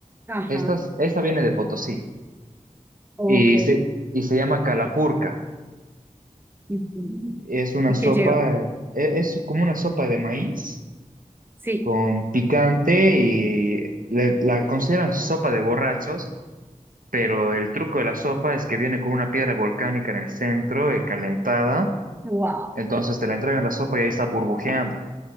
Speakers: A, on the right; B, on the right.
A: ajá,
B: esta, es- esta viene de Potosí
A: ok.
B: y se, y se llama calapurca.
A: ujú.
B: Es una
A: ¿Y
B: sopa,
A: qué lleva?
B: eh, e- es como una sopa de maíz
A: Sí,
B: con picante y le- la consideran sopa de borrachos, pero el truco de la sopa es que viene con una piedra volcánica en el centro, eh, calentada,
A: wow,
B: entonces te la entregan la sopa y ahí está burbujeando